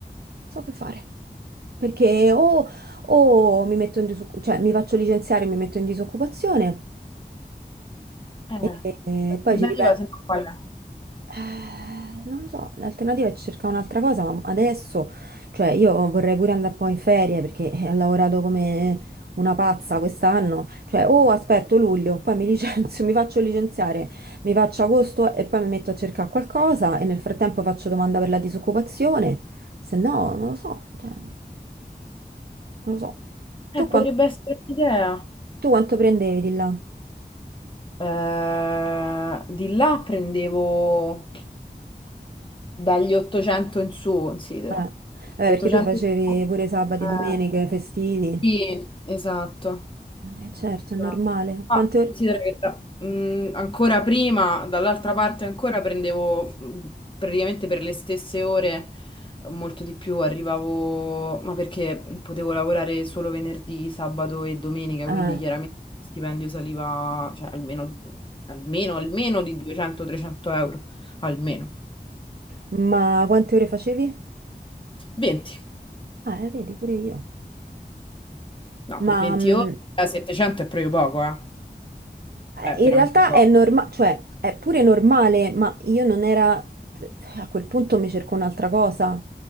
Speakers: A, on the right; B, on the left.
A: So che fare. Perché o, o mi metto in disoccupazione, cioè mi faccio licenziare e mi metto in disoccupazione.
B: Eh,
A: E, e
B: alternativa,
A: poi ci ripenso.
B: se no qual è?
A: Eh, non lo so, l'alternativa è cercare un'altra cosa, ma adesso, cioè io vorrei pure andare poi in ferie perché eh, ho lavorato come una pazza quest'anno, cioè o aspetto luglio, poi mi licenzio, <laughs> mi faccio licenziare, mi faccio agosto e poi mi metto a cercare qualcosa e nel frattempo faccio domanda per la disoccupazione, se no non lo so, cioè, non lo so.
B: Eh,
A: Tu,
B: eh, potrebbe
A: quan-
B: essere un'idea.
A: tu quanto prendevi di là?
B: Eh, di là prendevo dagli 800 in su, considera.
A: Eh. Vabbè,
B: 800
A: perché tu facevi
B: in su.
A: pure sabati, domeniche,
B: Eh,
A: festivi.
B: sì, esatto.
A: Eh, certo,
B: Esatto.
A: è normale.
B: Ah,
A: Quante ore?
B: considera che tra- mh, ancora prima, dall'altra parte ancora prendevo mh, praticamente per le stesse ore, molto di più, arrivavo, ma perché potevo lavorare solo venerdì, sabato e domenica,
A: Ah,
B: quindi chiaramente il stipendio saliva, cioè, almeno, almeno, almeno di 200-300 euro, almeno.
A: ma quante ore facevi?
B: 20,
A: Ah, eh, vedi, pure io.
B: no,
A: Ma
B: per 20
A: mm,
B: ore, eh, 700 è proprio poco, eh, è
A: eh, in
B: veramente
A: realtà
B: poco.
A: è normale, cioè è pure normale, ma io non era... A quel punto mi cerco un'altra cosa.